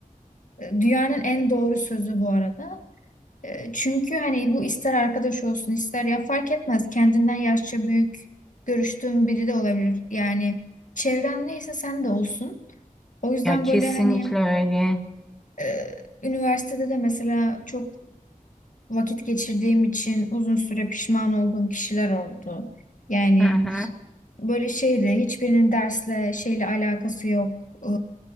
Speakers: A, on the left; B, in the centre.
A: e, dünyanın en doğru sözü bu arada. E, Çünkü hani bu ister arkadaş olsun ister ya fark etmez kendinden yaşça büyük görüştüğün biri de olabilir. Yani çevren neyse sen de olsun. O yüzden
B: Ya kesinlikle
A: böyle hani
B: öyle.
A: e, üniversitede de mesela çok vakit geçirdiğim için uzun süre pişman olduğum kişiler oldu. Yani
B: Hı hı.
A: böyle şeydi hiçbirinin dersle şeyle alakası yok. Ee,